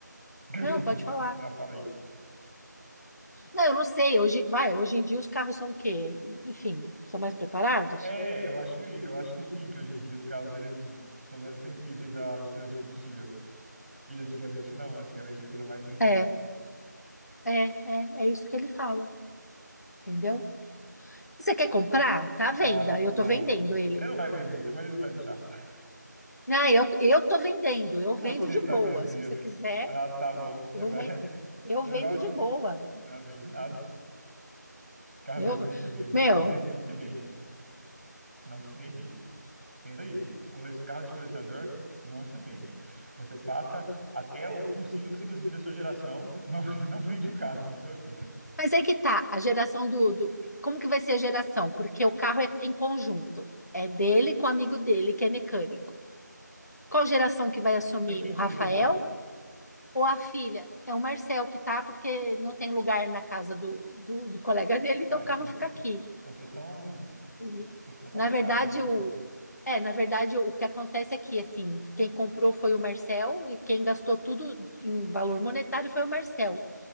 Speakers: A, on the right; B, on the left.
A: <laughs> Continua.
B: não, pode falar.
A: Eu não falei.
B: Não, eu não sei. Hoje, vai, hoje em dia os carros são o quê? Enfim, são mais preparados?
A: É, eu acho, eu acho que sim, que hoje em dia os carros eles estão menos sensíveis à mistura de combustível. E antigamente não, antigamente eles eram mais sensíveis.
B: É, é, é, é isso que ele fala, entendeu? Você quer comprar? Tá à venda.
A: Ah,
B: Eu
A: não.
B: tô vendendo ele.
A: Você não vai vender, seu marido não vai deixar. <laughs>
B: Não, eu, eu tô vendendo. Eu
A: Você
B: vendo de
A: tá
B: boa.
A: vendendo.
B: Se você quiser,
A: Ah, tá bom, você
B: eu,
A: vai,
B: ve-
A: <laughs>
B: eu
A: vai
B: vendo
A: levar um
B: de
A: X.
B: boa.
A: Não vende nada. Carro
B: Eu,
A: desse não se vende.
B: meu,
A: Carro desse não se vende. Não se vende isso. Entenda isso. Cole- Carro de colecionador não se vende. Você passa até o possível que você conseguir da sua geração, <laughs> mas você não vende o carro na sua vida.
B: mas é que tá, a geração do, do- Como que vai ser a geração? Porque o carro é em conjunto. É dele com o amigo dele, que é mecânico. Qual geração que vai assumir?
A: Mas quem
B: O
A: que
B: Rafael
A: usa mais?
B: ou a filha? É o Marcel que tá, porque não tem lugar na casa do, do, do colega dele, então
A: Ah,
B: o
A: então
B: carro fica
A: vocês,
B: aqui.
A: então vocês estão, vocês
B: E,
A: estão lascados,
B: na verdade,
A: então.
B: o. É, na verdade, o que acontece é que, assim, quem comprou foi o Marcel e quem gastou tudo em valor monetário foi o Marcel.